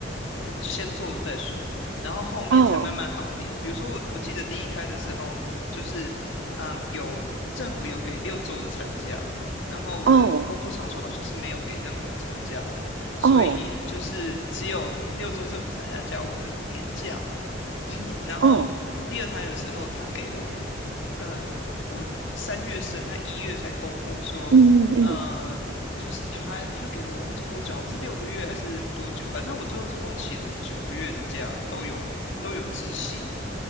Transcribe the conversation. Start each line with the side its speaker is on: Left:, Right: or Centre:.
Left: 呃就先做了再说，然后后面才慢慢好一点。
Right: 哦
Left: 比如说我我记得第一胎的时候，就是嗯有政府有给六周的产假，然后我的工作场所好像是没有给任何的产假的。
Right: 哦
Left: 所以就是只有六周政府产假加我的年假，
Right: 哦
Left: <clears throat> 然后第二胎的时候，
Right: 哦，
Left: 他给了我，呃，我三月生，他一月才公布说，
Right: 嗯嗯
Left: 呃，就是他他给了我忘记多久，好像是六个月还是多久，反正我最后总共请了九个月的假，都有都有支薪，